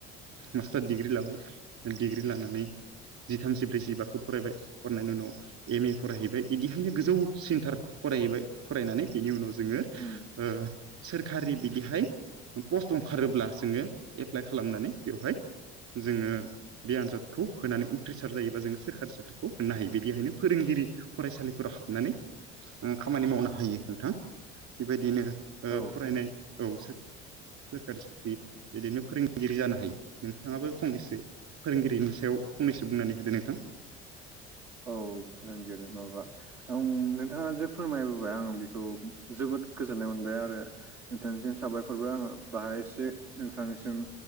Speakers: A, on the right; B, on the right.
A: मास्टार डिग्रि लाबाय डिग्रि लानानै जिथाम जिब्रै जिबाखो फरायबाय फरायनायनि उनाव एम ए फरायहैबाय बिदिहायनो गोजौ सेन्टार फरायहैबाय फरायनानै बेनि उनाव जोंङो ओ
B: उम
A: सोरखारि बिदिहाय पस्ट ओंखारोब्ला जोंङो एप्लाइ खालामनानै बेवहाय जोंङो बे आनजादखौ होनानै उथ्रिसार जायोबा जों सोरखारि साख्रिखौ मोननो हायो बिदिहायनो फोरोंगिरि फरायसालिफोराव हाबनानै खामानि मावनो हायो नोंथां बेबायदिनो
B: औ
A: फरायनाय औ सोरखारि साख्रि बिदिनो फोरों फोरोंगिरि जानो हायो नोंथांङाबो फंनैसो फोरोंगिरिनि सायाव फंनैसो बुंनानै होदो नोंथां <inaudible>
B: औ फोरोंगिरि माबा आं नोंथांङा जे फोरमायबोबाय आं बेखौ जोबोद गोजोननाय मोनबाय आरो नोंथांनिसिम साबायखरबो आंङो बाहाय एसे नोंथांनिसिम